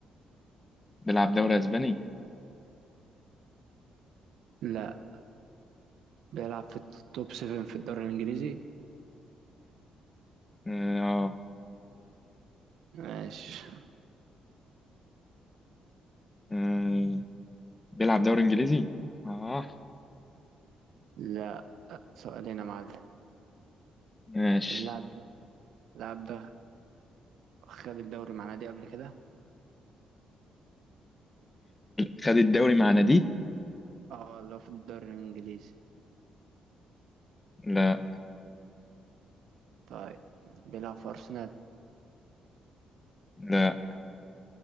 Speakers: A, on the left; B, on the right.
A: بيلعب دوري أسباني؟
B: لا بيلعب في التوب 7 في الدوري الانجليزي
A: أه آه.
B: ماشي
A: آه. بيلعب دوري إنجليزي؟ أه
B: لا سؤالين يا معلم
A: ماشي
B: اللاعب ده اللاعب ده خد الدوري مع نادي قبل كده
A: خد الدوري مع نادي؟
B: اه لو في الدوري الانجليزي
A: لا
B: طيب بيلعب في أرسنال
A: لا